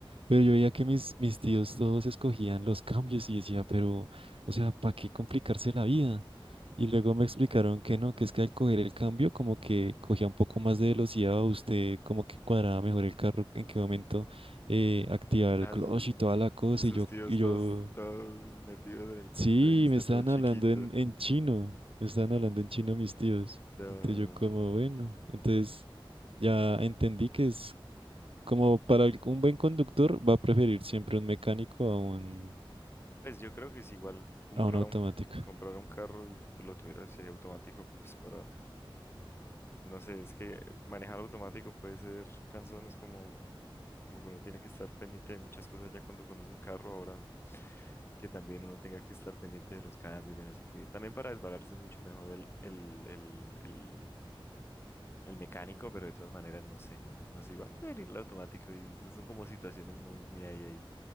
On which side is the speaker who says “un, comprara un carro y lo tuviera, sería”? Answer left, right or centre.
Left